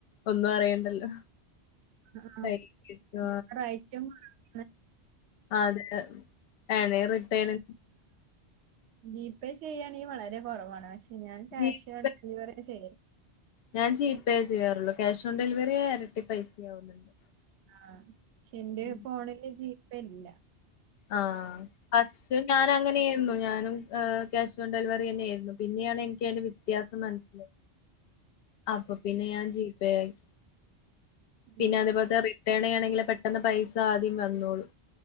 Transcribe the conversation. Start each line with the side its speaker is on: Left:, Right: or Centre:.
Left: ഒന്നും അറിയണ്ടല്ലോ
Right: ആ
Left: കൈ കിട്ടും
Right: പിന്നെ റേറ്റും കൊറവാ
Left: ആ അതെ ആണ് റിട്ടേണ്
Right: ജി പേ ചെയ്യാണെങ്കിൽ വളരെ കുറവാണ് പക്ഷെ ഞാൻ ക്യാഷ്
Left: ജി
Right: ഓൺ
Left: പേ
Right: ഡെലിവറിയാ ചെയ്യല്
Left: ഞാൻ ജീ പേ ചെയ്യാറുള്ളൂ ക്യാഷ് ഓൺ ഡെലിവറി ഇരട്ടി പൈസയാവുന്നുണ്ട്
Right: ആഹ് പക്ഷെ എന്റെ
Left: ഉം
Right: ഫോണില് ജീ പ്പെല്ല
Left: ആഹ് ഫസ്റ്റ് ഞാൻ അങ്ങനെയായിരുന്നു ഞാനും അഹ് ക്യാഷ് ഓൺ ഡെലിവറി തന്നെയായിരുന്നു പിന്നെയാണ് എനിക്ക് അതിന്റെ വ്യത്യാസം മനസിലായത് അപ്പൊ പിന്നെ ഞാൻ ജീ പേയാക്കി
Right: ഉം
Left: പിന്നെ അതേപോലത്തെ റി റിട്ടേൻ ചെയ്യേണങ്കില് പെട്ടന്ന് പൈസ ആദ്യം വന്നോളും